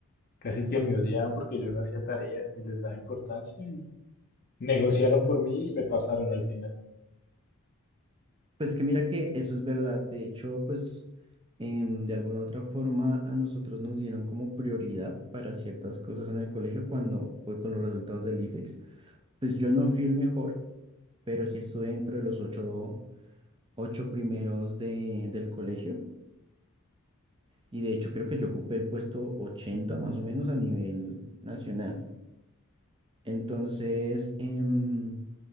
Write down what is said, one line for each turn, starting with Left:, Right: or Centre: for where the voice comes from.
Left: Casi que me odiaban porque yo no hacía tareas ni les daba importancia y negociaron por mí y me pasaron al final.
Right: pues que mira que eso es verdad, de hecho, pues em, de alguna u otra forma a nosotros nos dieron como prioridad para ciertas cosas en el colegio cuando fue con los resultados del IFEX. Pues yo no fui el mejor, pero sí estuve dentro de los ocho, ocho primeros de, del colegio. Y de hecho creo que yo ocupé el puesto 80 más o menos a nivel nacional. Entonces, em,